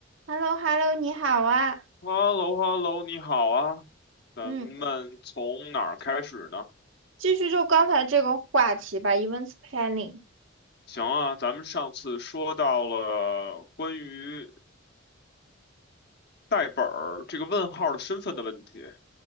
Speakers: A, on the right; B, on the left.
A: h e l l o h e l l o 你好啊，
B: h e l l o h e l l o 你好啊，咱们从哪儿开始呢？
A: 嗯，继续就刚才这个话题吧，events planning。
B: 行啊，咱们上次说到了关于代本儿这个问号的身份的问题。